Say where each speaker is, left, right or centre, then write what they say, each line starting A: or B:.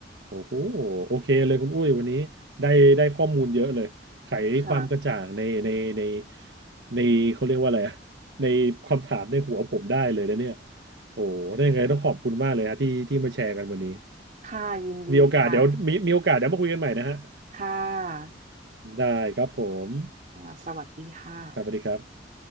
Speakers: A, on the right (about 65°); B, on the right (about 45°).
A: โอ้โหโอเคเลยคุณอุ้ยวันนี้ได้ได้ข้อมูลเยอะเลยไขความกระจ่างในในใน
B: ค่ะ
A: ในเขาเรียกว่าอะไรอะในความถามในหัวผมได้เลยนะเนี่ยโอ้โหได้ยังไงต้องขอบคุณมากเลยฮะที่ที่มาแชร์กันวันนี้
B: <laughs> ค่ะยินดีค่ะ
A: มีโอกาสเดี๋ยวมีมีโอกาสเดี๋ยวมาคุยกันใหม่นะฮะ
B: ค่ะ
A: ได้ครับผม
B: ค่ะสวัสดีค่ะ
A: ครับสวัสดีครับ